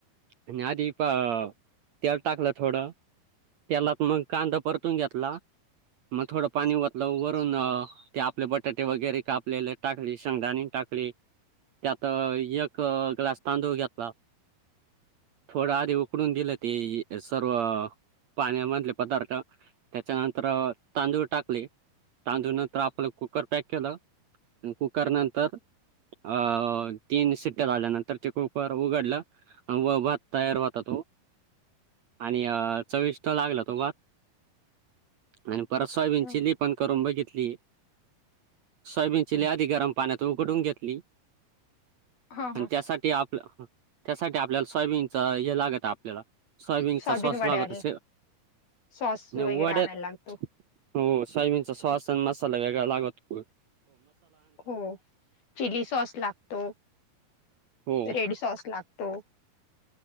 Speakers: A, on the right; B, on the left.
A: आणि आधी प तेल टाकलं, थोडं तेलात मग कांदा परतून घेतला मग थोडं पाणी वतल वरून ते आणि बटाटे वगैरे कापलेले टाकले, शेंगदाणी टाकली त्यात एक ग्लास तांदूळ घेतला. थोडा आधी उकळून दिलं ते सर्व पाण्यामधले पदार्थ. त्याच्यानंतर तांदूळ टाकले तांदूळ नंतर आपलं कुकर पॅक केलं अह कुकर नंतर अ तीन सिट्ट्या झाल्यानंतर ते कुकर उघडलं व भात तयार होता तो आणि चविष्ट लागला तो भात आणि परवा सोयाबीन
B: हं,
A: चिली पण करून बघितली इथली सोयाबीन चिली
B: हं.
A: आधी गरम पाण्यात उघडून घेतली
B: हा हा
A: आणि त्यासाठी आपलं हा त्यासाठी आपल्याला सोयाबीनच हे लागत आपल्याला सोयाबीनचा
B: सोयाबीन
A: सॉस
B: वड्याला
A: लागत अस म्हणजे
B: सॉस वगैरे
A: वड्यात
B: आणायला लागतो.
A: हो सोयाबीनचा सॉस आणि मसाला वेगळा लागत होय.
B: हो चिली सॉस लागतो,
A: हो
B: रेड सॉस लाग तो